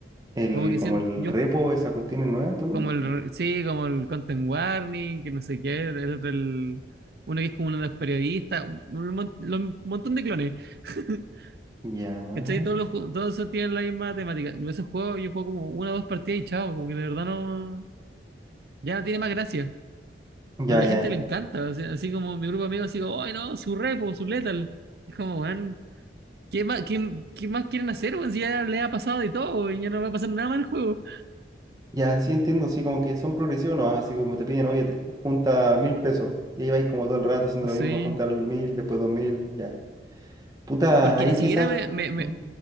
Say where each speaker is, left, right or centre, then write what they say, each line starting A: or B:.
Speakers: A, on the right; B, on the right.
A: el,
B: Como que
A: como
B: siento,
A: el
B: yo
A: repo, esa cuestión es nueva también.
B: Como el, sí, como el Content Warning, que no sé qué, el, otro, el- uno que es como uno de los periodistas, un, mon- lo- un montón de clones, <laughs>
A: Ya.
B: ¿cachai? Todos, los, ju- todos esos tienen la misma temática. Yo esos juegos, yo juego como una o dos partidas y chao, como que de verdad no, ya no tiene más gracia.
A: Ya,
B: Pero a la
A: ya.
B: gente le encanta, así, así como mi grupo de amigos, así como, ¡ay no! Su repo, su letal. Es como, weón, ¿qué más, qué, qué más quieren hacer, weón? Si ya le ha pasado de todo, y ya no va a pasar nada más en el juego.
A: Ya, sí entiendo, así como que son progresivos, ¿no? Así como te piden, oye, te- junta mil pesos. Y ahí vais como todo el rato haciendo
B: Sí.
A: lo mismo, a juntar mil, después dos mil, ya. Puta,
B: Porque
A: ahí
B: ni siquiera
A: quizás...
B: me, me, me-
A: ¿Mm?